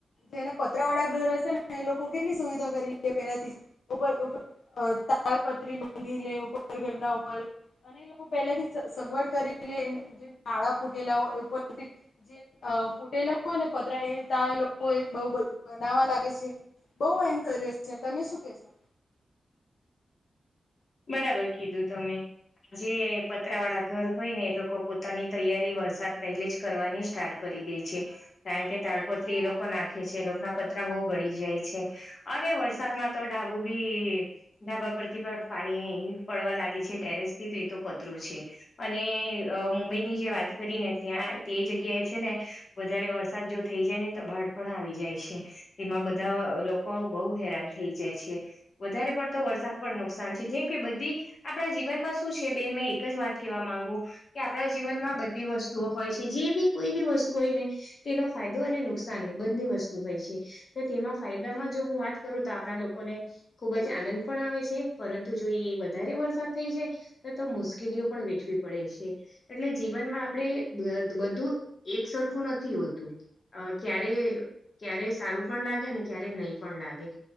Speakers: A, on the left (about 80°); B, on the left (about 55°).
A: જેના પત્રા વાળા ઘર હશે ને એ લોકો કેટલી સુવિધા કરી લે પેલાથી ઉપર ઉપર અ તાડપત્રી બાંધી લે ઉપર ઘરના ઉપર. અને એ લોકો પહેલા થી સગવડ કરી લે જે નાળા ફૂટેલા હોય એ જે હ ફૂટેેલા હોય ને પત્રા એ તા એ લોકો એ બઉ બધ બનાવા લાગે છે બઉ એમ કરી છે તમે શું કેશો.
B: <inaudible> બરાબર કીધું તમે. જે પતરા વાળા ઘર હોય ને એ લોકો પોતાની તૈયારી વરસાદ પહેલે જ કરવાની સ્ટાર્ટ કરી. દીધી છે કારણ કે તાડપત્રી એ લોકો નાખે છે એ લોકો ના પતરા બહુ બળી જાય છે અરે. વરસાદ માં તો ઢાબું ભી ઢાબા પરથી પણ. પાણી પડવા લાગે છે ટેરેસ થી તે એ તો પતરું છે અને એ મુંબઈની જે વાત. કરીને ત્યાં તે જગ્યાએ છે ને વધારે વરસાદ જો થઈ જાય ને તો બાઢ પણ આવી જાય છે. તેમાં બધા લોકો બહુ હેરાન થઈ જાય છે વધારે પડતો વરસાદ પણ નુકસ જેમ કે બધી આપણા જીવનમાં શું છે બેન મેં એક જ વાત કેવા માંગુ કે આપણા જીવનમાં. બધી વસ્તુઓ હોય છે જે બી કોઈ બી વસ્તુ હોય ને તેનો ફાયદો અને નુકસાન બંને વસ્તુ હોય. છે તો તેમાં ફાયદામાં જો હું વાત કરું તો આપણા લોકોને ખુબ જ આનંદ પણ આવે છે. પરંતુ જો એ વધારે વરસાદ થઈ જાય તો મુશ્કેલીઓ પણ વેઠવી પડે છે એટલે જીવન જીવનમાં આપણે બધું એક સરખું નથી હોતું અ ક્યારે સારું પણ લાગે અને ક્યારે નહીં પણ લાગે